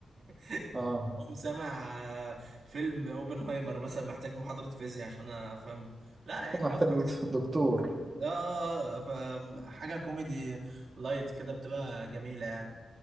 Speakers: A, on the right; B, on the right.
A: <laughs>
B: اه
A: قوم سامع فيلم اوبنهايمر مثلا محتاج محاضرة فيزياء عشان افهمه لا يعني
B: محتاج
A: بسمع
B: دك-
A: حاجات كوميدي
B: دكتور
A: اه فحاجة كوميدي لايت كده بتبقى جميلة يعني